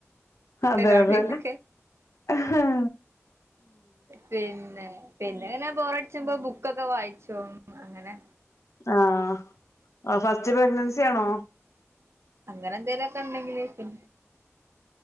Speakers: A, on the left; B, on the right.
A: അതെഅതെ
B: വരും അവിടെയിലൊക്കെ
A: ആഹ്.
B: പിന്നെ പിന്നെങ്ങനെ ബോറട്ച്ച്ചുമ്പോ ബുക്കൊക്കെ വായ്ച്ചും അങ്ങനെ.
A: ആഹ് അ ഫസ്റ്റ് പ്രഗ്നൻസി ആണോ?
B: അങ്ങനെന്തേലൊക്കെണ്ടങ്കില് പി